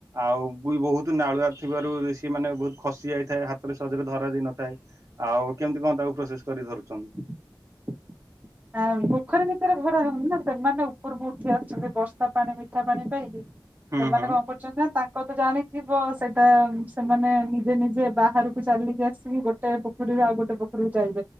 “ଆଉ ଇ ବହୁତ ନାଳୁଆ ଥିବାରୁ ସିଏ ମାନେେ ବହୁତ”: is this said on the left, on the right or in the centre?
Right